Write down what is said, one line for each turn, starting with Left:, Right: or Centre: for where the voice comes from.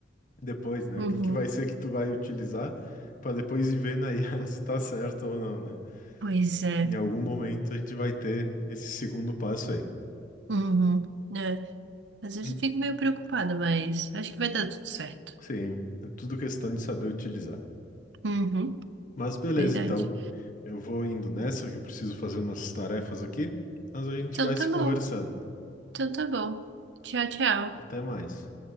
Left: depois, né?
Right: Uhum,
Left: O que que vai ser que tu vai utilizar para depois ir vendo aí <laughs> se tá certo ou não, né?
Right: pois é.
Left: Em algum momento a gente vai ter esse segundo passo aí.
Right: Uhum, né. Às vezes
Left: Hum.
Right: eu fico meio preocupada, mas acho que vai dar tudo certo.
Left: Sim, é tudo questão de saber utilizar.
Right: Uhum,
Left: Mas beleza,
Right: verdade.
Left: então. Eu vou indo nessa, que eu preciso fazer umas tarefas aqui, mas a gente
Right: Então
Left: vai
Right: tá
Left: se conversando.
Right: bom. Então tá bom. Tchau, tchau.
Left: Até mais.